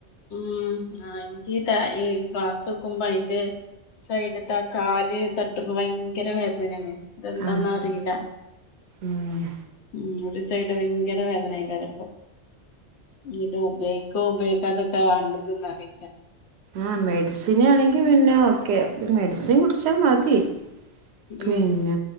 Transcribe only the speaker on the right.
ആഹ് ഏഹ്
ആ മെഡിസിനാണെങ്കി പിന്നെ ഓക്കെ ഒര് മെഡ്സിൻ കുട്ച്ചാ മതി പിന്ന